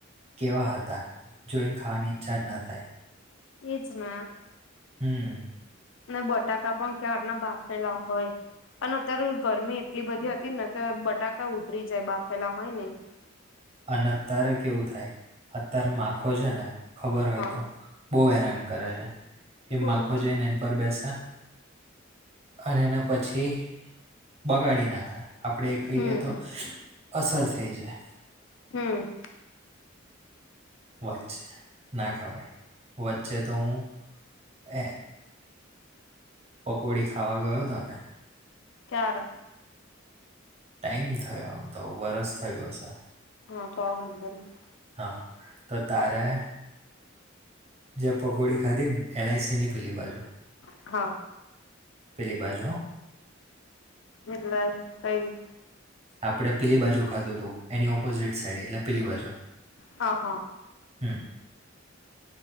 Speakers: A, on the right (about 30°); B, on the left (about 65°).
A: કેવા હતા, જોઈન ખાવાની ઈચ્છા જ ન થાય.
B: એજ ના.
A: હમ્મ.
B: ને બટાકા પણ ક્યાર ના બાફેલા હોય અને અત્યારે તો ગરમી એટલી બધી હતી ને કે બટાકા ઉતરી જાય, બાફેલા હોય ને ઈ.
A: અને અત્યારે કેવું થાય, અત્યારે માખો છે ને, ખબર હોય
B: હા
A: તો બહુ હેરાન કરે છે. એ
B: બહુ
A: માખો
B: જ
A: જઈને એન પર બેસે અને એના પછી બગાડી નાખે. આપણે એ ખઈએ
B: હમ
A: તો અસર થઈ જાય.
B: હમ્મ.
A: વચ ના ખવાય. વચ્ચે તો હું એ પકોડી ખાવા ગયો તો ને
B: ક્યારે?
A: ટાઈમ થયો, આમ તો વરસ થયું હશે.
B: હા <unintelligible>
A: હા. તો તારે જે પકોડી ખાધી ને એલ આઈ સી ની પીલી બાજુ.
B: હા.
A: પેલી બાજુ હો.
B: એટલે કઈ?
A: આપડે પીલી બાજુ ખાધું હતું એની ઓપોઝિટ સાઈડ એટલે પીલી બાજુ.
B: હા હ.
A: હમ્મ,